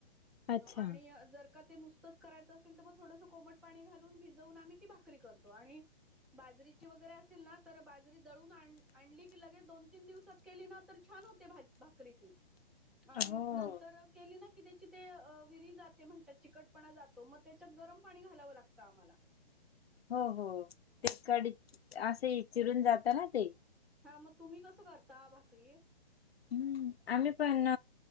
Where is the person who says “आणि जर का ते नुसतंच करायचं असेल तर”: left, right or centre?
Centre